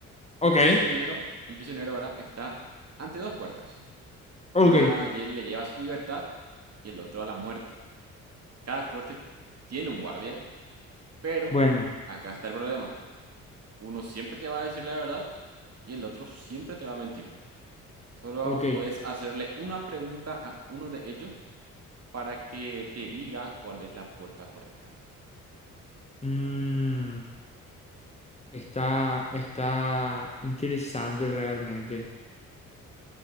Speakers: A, on the left (about 15°); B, on the right (about 35°).
A: ok,
B: Un prisionero, un prisionero ahora está ante dos puertas.
A: ok.
B: Una lle- le lleva a su libertad y el otro a la muerte. Cada puerta tiene un guardia Pero
A: Bueno,
B: acá está el problema. Uno siempre te va a decir la verdad y el otro siempre te va a mentir. Solo
A: ok.
B: puedes hacerle una pregunta a uno de ellos para que te diga cuál es la puerta correcta.
A: Mm, está, está interesante realmente.